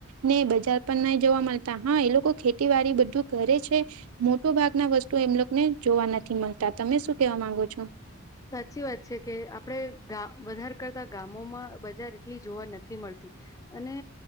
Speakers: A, on the right; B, on the left.
A: ને બજાર પણ નહી જોવા મળતા હા એ લોકો ખેતીવાડી બધું કરે છે. મોટો ભાગ ના વસ્તુ એમલોને જોવા નથી મળતા તમે શું કેવા માંગો છો?
B: સાચી વાત છે, કે આપડે ગ્રા વધાર કરતા ગામોમાં બજાર એટલી જોવા નથી મળતી અને